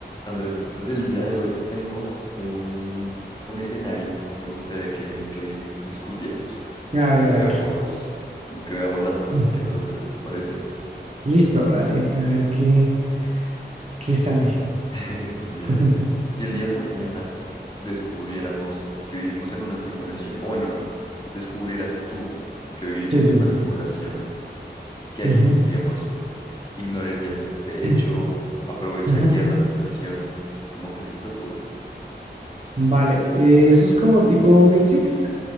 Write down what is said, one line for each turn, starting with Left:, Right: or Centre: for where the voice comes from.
Left: Andrés, entonces el día de hoy te tengo un, un escenario que me gustaría que, que discutiéramos,
Right: A
Left: como
Right: ver,
Left: que
Right: a
Left: veamos,
Right: ver.
Left: como que veamos las
Right: <clears throat>
Left: cosas que nos ofrece, ¿te parece?
Right: Listo, dale, a ver qué, qué sale.
Left: <laughs> Entonces, mira,
Right: <laughs>
Left: si el día de mañana descubriéramos que vivimos en una simulación, o bueno, no, descubrieras tú que vivimos
Right: Sí, sí.
Left: en una simulación, ¿qué harías?
Right: Ujú,
Left: Digamos, ¿ignorarías este
Right: <clears throat>
Left: hecho? ¿Aprovecharías
Right: ujú.
Left: la situación? ¿Cómo que se te ocurre?
Right: Vale, eh, eso es como tipo Matrix.